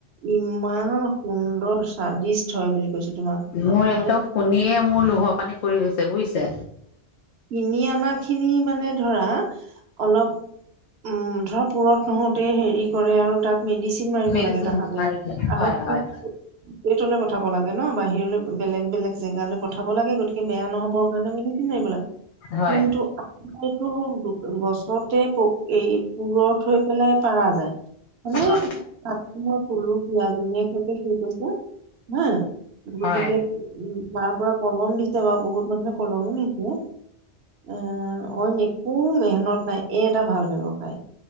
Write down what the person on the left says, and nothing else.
মোৰ
একদম শুনিয়ে মোৰ লোহৰ পানী পৰি গৈছে বুজিছে।
মেডিচিন
মাৰিছে।
হয় হয়
হয়
হয়
হয়